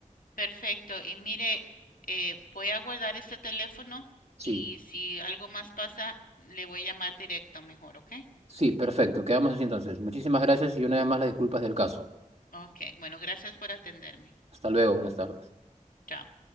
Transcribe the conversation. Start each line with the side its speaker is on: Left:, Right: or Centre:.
Left: Perfecto. Y mire, eh, voy a guardar este teléfono
Right: Sí,
Left: y si algo más pasa, le voy a llamar directo mejor, ¿ok?
Right: sí, perfecto. Quedamos así entonces. Muchísimas gracias y una vez más las disculpas del caso.
Left: Ok, bueno, gracias por atenderme.
Right: Hasta luego, buenas tardes.
Left: Chao.